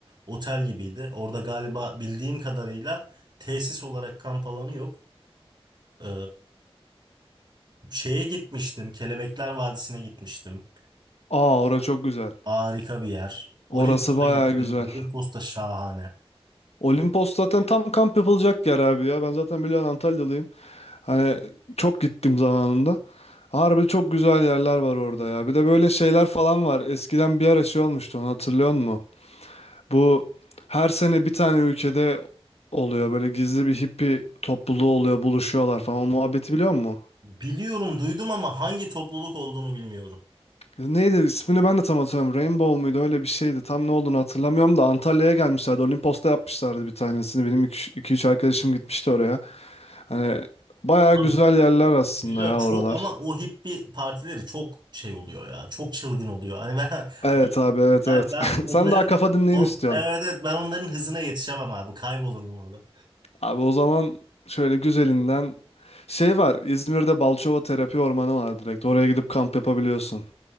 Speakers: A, on the right (about 45°); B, on the left (about 85°).
A: otel gibiydi. Orada galiba bildiğim kadarıyla tesis olarak kamp alanı yok. Ee, Şeye gitmiştim. Kelebekler Vadisi'ne gitmiştim.
B: Aa orası çok güzel.
A: Harika bir yer.
B: Orası
A: Olimpos'a
B: bayağı
A: gittim.
B: güzel.
A: Olimpos da şahane.
B: Olimpos zaten tam kamp yapılacak yer abi ya. Ben zaten biliyorsun Antalyalıyım. Hani çok gittim zamanında. Harbi çok güzel yerler var orada ya. Bir de böyle şeyler falan var. Eskiden bir ara şey olmuştu onu hatırlıyor musun? Bu her sene bir tane ülkede oluyor. Böyle gizli bir hippi topluluğu oluyor. Buluşuyorlar falan. O muhabbeti biliyor musun?
A: Biliyorum, duydum ama hangi topluluk olduğunu bilmiyorum.
B: Neydi ismini ben de tam hatırlamıyorum. Rainbow muydu öyle bir şeydi. Tam ne olduğunu hatırlamıyorum da Antalya'ya gelmişlerdi. Olimpos'ta yapmışlardı bir tanesini. Benim iki üç arkadaşım gitmişti oraya. Hani bayağı
A: Abi
B: güzel yerler aslında
A: güzel
B: ya
A: çok
B: oralar.
A: ama o hippie partileri çok şey oluyor ya. Çok çılgın oluyor. Hani ben
B: Evet abi evet
A: <laughs> yani
B: evet.
A: ben
B: <laughs>
A: onların
B: Sen daha kafa dinleyeyim
A: o,
B: istiyorsun.
A: evet, evet ben onların hızına yetişemem abi. Kaybolurum orada.
B: Abi o zaman şöyle güzelinden şey var. İzmir'de Balçova Terapi Ormanı var direkt. Oraya gidip kamp yapabiliyorsun.